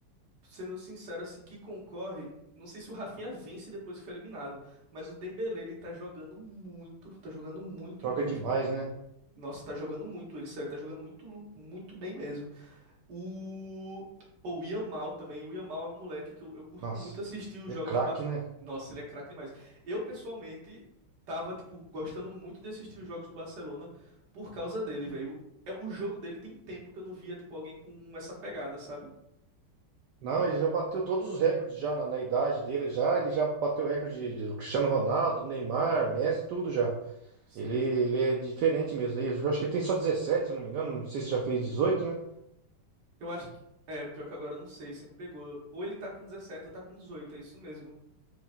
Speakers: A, on the right (about 55°); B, on the right (about 80°).
A: sendo sincero, assim, que concorre. Não sei se o Rafinha vence depois que foi eliminado, mas o Dembélé, ele tá jogando muito, tá jogando muito
B: joga
A: mesmo.
B: demais, né?
A: Nossa, tá jogando muito, ele, sério, tá jogando muito, lu- muito bem mesmo. O. Pô, o Yamal também. O Yamal é um moleque que eu, eu curto
B: Nossa,
A: muito assistir os
B: é
A: jogos
B: craque,
A: do Barça.
B: né?
A: Nossa, ele é craque demais. Eu, pessoalmente, tava, tipo, gostando muito de assistir os jogos do Barcelona por causa dele, velho. É, o jogo dele tem tempo que eu não via, tipo, alguém com essa pegada, sabe?
B: Não, ele já bateu todos os recordes já na, na idade dele já. Ele já bateu o recorde de- do Cristiano Ronaldo, Neymar, Messi, tudo já.
A: Sim.
B: Ele, ele é diferente mesmo. Eu acho que ele tem só 17 se eu não me engano. Não sei se já fez dezoito né?
A: Eu acho que. É, pior que agora eu não sei, você me pegou. Ou ele tá com 17 ou tá com 18, é isso mesmo.